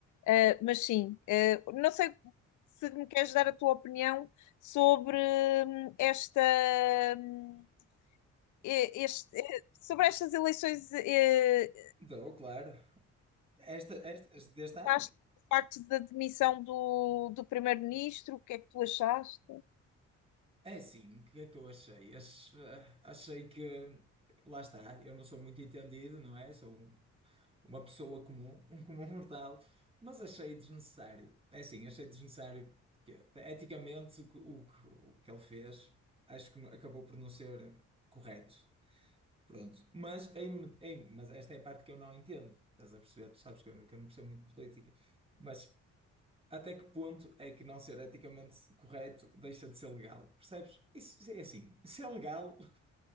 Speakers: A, on the left; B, on the right.
A: Ah, mas sim, ah, não sei se me queres dar a tua opinião sobre hum, esta. hum, e- este- eh, sobre estas eleições, eh,
B: Dou, claro. Esta, estas deste
A: adiantaste
B: ano?
A: o facto da demissão do, do primeiro-ministro, o que é que tu achaste?
B: É sim, o que é que eu achei? Ach- eh, Achei que, lá está, eu não sou muito entendido, não é? Sou um- uma pessoa comum, <laughs> um comum mortal, mas achei desnecessário. É assim, achei desnecessário, porque eticamente o que, o que, o que ele fez acho que não- acabou por não ser correto. Pronto. Mas, em, em- mas esta é a parte que eu não entendo. Estás a perceber? Tu sabes que eu, que eu não percebo muito de política. Mas até que ponto é que não ser eticamente correto deixa de ser legal? Percebes? Isso, isso é assim. <laughs> Se é legal.